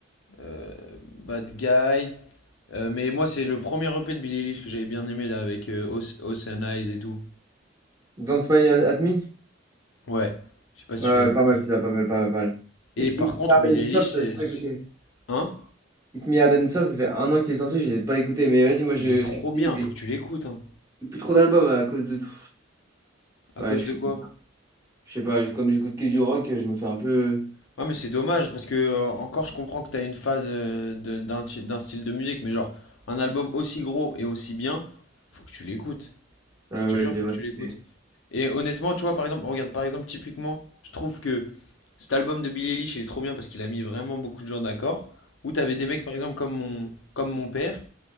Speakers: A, on the left; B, on the right.
A: euh, Bad Guy. Euh, mais moi, c'est le premier EP de Billie Eilish que j'avais bien aimé là avec euh, Oce- Ocean Eyes et tout.
B: Don't Smile at Me?
A: Ouais, je sais pas si
B: Ouais,
A: tu
B: ouais,
A: l'as écouté.
B: pas mal, celui-là, pas mal, pas mal, pas mal.
A: Et
B: Mais
A: par
B: Hit Me
A: contre,
B: Hard
A: Billie
B: and
A: Eilish,
B: Soft,
A: c'est-
B: j'ai pas
A: c'est-
B: écouté.
A: hein?
B: Hit Me Hard and Soft, ça fait un an qu'il est sorti, j'ai pas écouté. Mais vas-y, moi,
A: Il
B: je,
A: est trop
B: ce que
A: bien,
B: je dis,
A: faut que tu l'écoutes. hein.
B: j'ai plus trop d'albums à cause de tout.
A: À
B: Ouais,
A: cause
B: je
A: de
B: suis.
A: quoi?
B: Je sais pas, je- comme j'écoute que du rock, je me fais un peu.
A: Ouais, mais c'est dommage parce que euh, encore, je comprends que t'as une phase euh, de- d'un ti- d'un style de musique, mais genre un album aussi gros et aussi bien, faut que tu l'écoutes.
B: Ouais,
A: Je
B: ouais,
A: te jure,
B: je devrais
A: faut que tu
B: écouter.
A: l'écoutes. Et honnêtement, tu vois, par exemple, regarde, par exemple, typiquement, je trouve que cet album de Billie Eilish, il est trop bien parce qu'il a mis vraiment beaucoup de gens d'accord. Où t'avais des mecs, par exemple, comme mon, comme mon père,